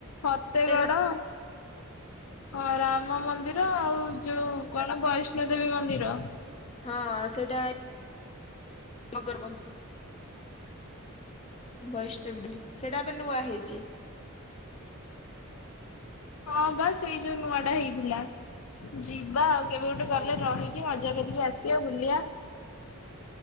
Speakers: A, on the left; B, on the left.
A: ଫତେଗଡ
B: କେତେଗଡ଼
A: ହଁ ରାମ ମନ୍ଦିର ଆଉ ଯୋଉ କଣ ବୈଷ୍ଣୋ ଦେବୀ ମନ୍ଦିର।
B: ହଁ ସେଇଟା ମଗର ବନ୍ଦ ବୈଷ୍ଣବଦବୀ ସେଇଟା ଏବେ ନୂଆ ହେଇଛି। <inaudible>
A: ହଁ ବା ସେଇ ଯୋଉ ନୂଆ ଟା ହେଇଥିଲା, ଯିବା ଆଉ। କେବେ ଗୋଟେ ଗଲେ
B: ହଁ।
A: ରହିକି ମଜା କ ରି କି ଆସିବା ବୁଲିବା।